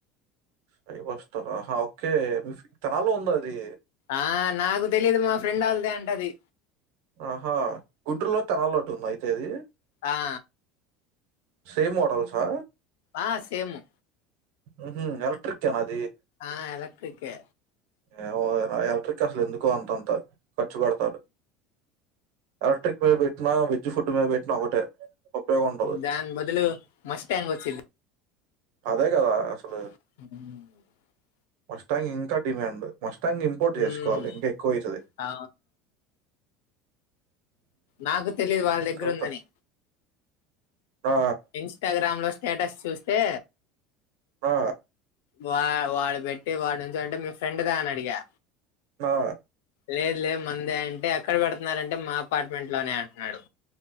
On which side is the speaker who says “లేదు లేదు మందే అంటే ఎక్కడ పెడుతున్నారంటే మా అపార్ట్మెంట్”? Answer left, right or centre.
Left